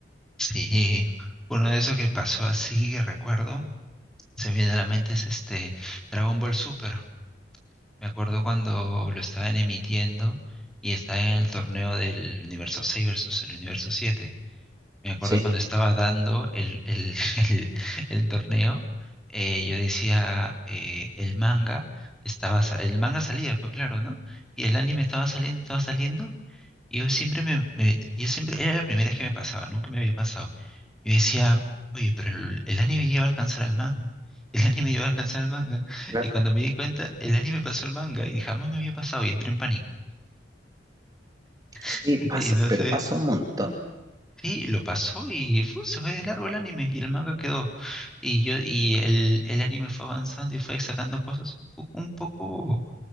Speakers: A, in the centre; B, on the right (about 20°).
A: Sí, uno de esos que pasó así, que recuerdo, se me viene a la mente es este Dragon Ball Super. Me acuerdo cuando lo estaban emitiendo y estaba en el torneo del universo 6 versus el universo 7. Me acuerdo
B: Sí,
A: cuando estaba dando el, el, <laughs> el- el torneo, eh, yo decía, eh, el manga estaba, sa- el manga salía, pues claro, ¿no? Y el anime estaba saliendo, estaba saliendo, y yo siempre me, me- yo siempre, era la primera vez que me pasaba, nunca me había pasado. Yo decía, oye, pero el, el anime lleva a alcanzar al manga, <laughs> el anime lleva a alcanzar al manga,
B: claro.
A: y cuando me di cuenta, el anime pasó al manga, y jamás me había pasado, y entré en pánico.
B: Sí,
A: <laughs>
B: pasa,
A: Y entonces
B: pero pasa un montón.
A: Sí, lo pasó y fu, se fue de largo el anime y el manga quedó. Y yo, y el, el anime fue avanzando y fue sacando cosas un, po- un poco,